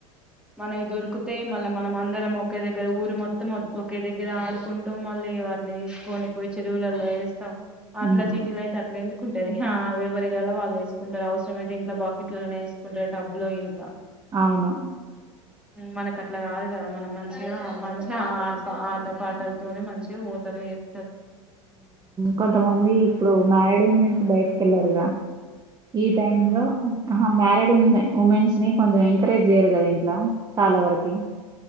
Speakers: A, in the centre; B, on the right (about 20°).
A: మనకి దొరికితే మళ్ళ మనం అందరం ఒక ఒకే దగ్గర ఊరు మొత్తం ఒకే దగ్గర ఆడుకుంటూం మళ్ళీ తీసుకోని పోయి చెరువులలో స్త అట్లా
B: ఉమ్
A: సిటీలో అయితే అట్ల కుంటది ఎవరి ఇలా వాళ్ళుసుకుంటారు అవసరమైతే ఇంట్లో బకెట్లలోనే వేసుకుంటారు టబ్బు లో ఇనక
B: అవును
A: మనక అట్లాగాదు కదా మన మనించిగా ఆ మంచి ఆట పాటలతోనే మంచిగా ఓతరు వేస్త
B: కొంతమంది ఇప్పుడు మ్యారీడ్ ఉమెన్స్ బయటక వెళ్లారుగా ఈ టైమ్ లో మ్యారీడ్ ఉ ఉమెన్స్ ని కొంచెం ఎంకరేజ్ చేయరు కదా ఇ లా చాలా వరకె.